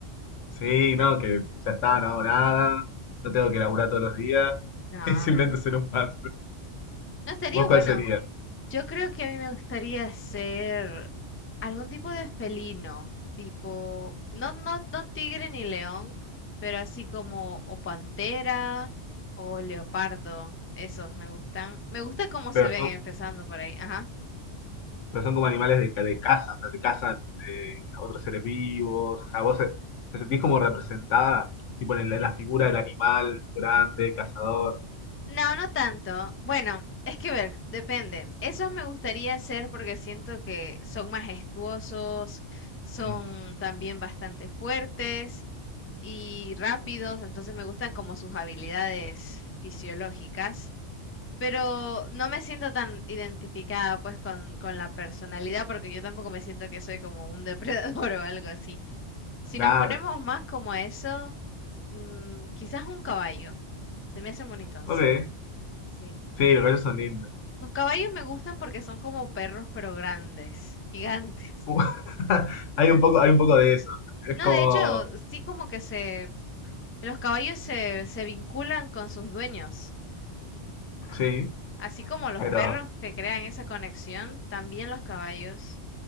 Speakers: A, on the left (about 85°); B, on the left (about 15°).
A: Sí, no, que ya está, no hago nada. No tengo que laburar todos los días. <laughs>
B: No,
A: Es simplemente ser un pan.
B: no estaría
A: ¿Vos
B: bueno.
A: cuál sería?
B: Yo creo que a mí me gustaría ser algún tipo de felino, tipo, no, no, no tigre ni león, pero así como o pantera o leopardo. Esos me gustan. Me gusta cómo
A: Pero
B: se ven
A: son,
B: empezando por ahí. Ajá.
A: pero son como animales de, ca- de caza, o sea, te cazan eh, otros seres vivos. O sea, vos se- te sentís como representada, tipo en, el- en la figura del animal grande, cazador.
B: No, no tanto. Bueno, es que ver, depende. Esos me gustaría hacer porque siento que son majestuosos, son
A: Mm,
B: también bastante fuertes y rápidos, entonces me gustan como sus habilidades fisiológicas, pero no me siento tan identificada pues con, con la personalidad porque yo tampoco me siento que soy como un depredador <laughs> o algo así. Si
A: claro.
B: nos ponemos más como a eso, mm, quizás un caballo. Se me hacen bonitos.
A: Ok.
B: Sí.
A: Sí, los gallos son lindos.
B: Los caballos me gustan porque son como perros, pero grandes, gigantes.
A: <laughs> Hay un poco, hay un poco de eso. Es
B: No,
A: como,
B: de hecho, sí como que se, los caballos se, se vinculan con sus dueños.
A: sí,
B: Así como los
A: pero,
B: perros que crean esa conexión, también los caballos.